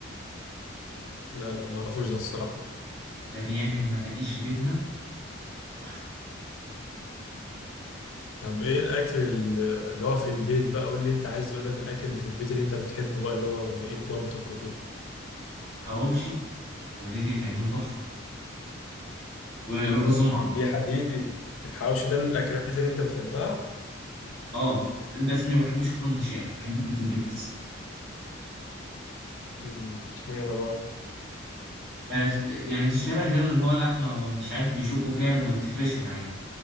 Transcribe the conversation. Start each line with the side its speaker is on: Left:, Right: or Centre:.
Left: لا لا ما اعرفوش ده الصراحه
Right: ده بيعمل مناقيش جبنة تحفة
Left: طب ايه الاكل ال- اللي هو في البيت بقى قول لي انت عايز اقول لك الاكل اللي في البيت اللي انت بتحبه بقى اللي هو من ايد مامتك وكده
Right: حواوشي والدتي بتعمله تحفة والرز
Left: اه
Right: معمر
Left: دي حديدي الحواوشي ده من الاكلات اللي انت بتحبها
Right: اه بس ما بحبش اكله من الشارع بحب اكله في البيت بس
Left: مم. اشمعنى بقى
Right: آه، ف- يعني في الشارع غير ان هو لحمه مش عارف بيشوكوا فيها أنا ما بتفرقش معايا